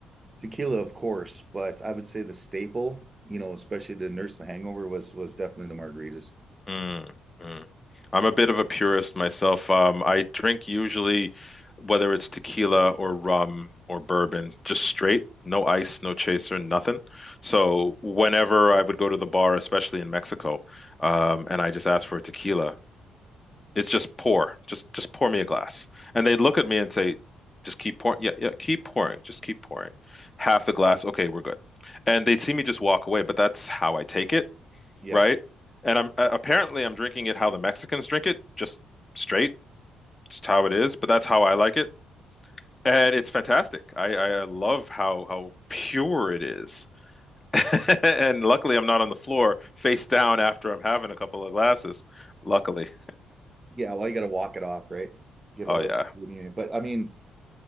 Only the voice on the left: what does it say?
Mm, mm. I'm a bit of a purist myself. Um, I drink usually whether it's tequila or rum or bourbon, just straight, no ice, no chaser, nothing. So whenever I would go to the bar, especially in Mexico, um, and I just asked for a tequila, It's just pour. Just just pour me a glass. And they'd look at me and say, just keep pouring. Yeah, yeah, keep pouring. Just keep pouring. Half the glass. Okay, we're good. And they'd see me just walk away, but that's how I take it,
right? And I'm uh, apparently I'm drinking it how the Mexicans drink it, just straight. It's how it is, but that's how I like it. And it's fantastic. I, I I love how how pure it is. <laughs> And luckily I'm not on the floor face down after I'm having a couple of glasses. Luckily.
Oh
yeah,